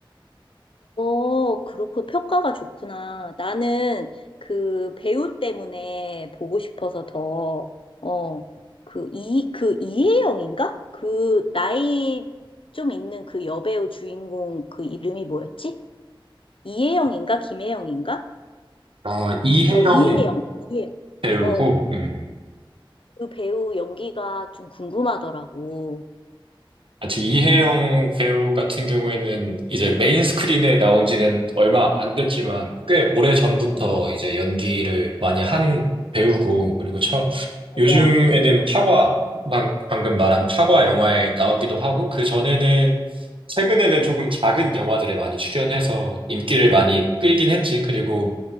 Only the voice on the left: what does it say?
어, 그렇고 평가가 좋구나. 나는 그 배우 때문에 보고 싶어서 더, 어, 그 이, 그 이혜영인가? 그 나이 좀 있는 그 여배우 주인공 그 이름이 뭐였지? 이혜영인가? 김혜영인가?
어, 이혜영. 이혜영.
어,
그 배우 연기가 좀 궁금하더라고.
응.
맞아.